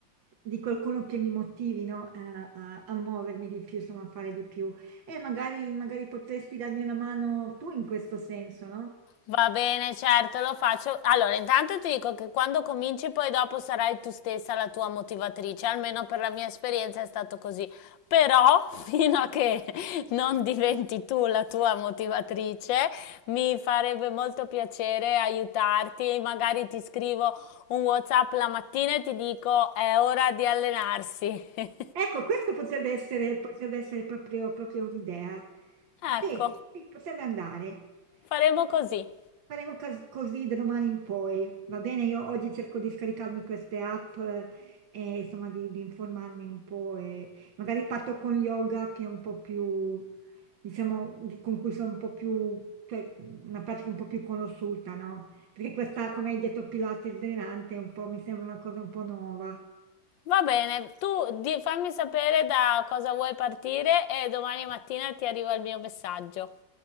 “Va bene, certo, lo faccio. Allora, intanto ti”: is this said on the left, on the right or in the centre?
Left